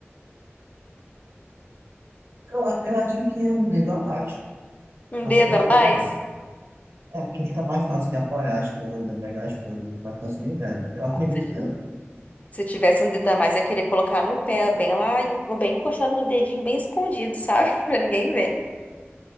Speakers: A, on the right; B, on the left.
A: Eu, a- eu acho que é um lugar mágico.
B: Um
A: Acho
B: dedo
A: que é um lugar
B: a mais?
A: mágico. É porque fica mais fácil de apoiar as coisas, pegar as coisas com mais facilidade. Eu acredito
B: Se ti-
A: que não.
B: se tivesse um dedo a mais, ia querer colocar no pé, bem lá, em- bem encostado no dedinho, bem escondido, sabe? <laughs> Pra ninguém ver,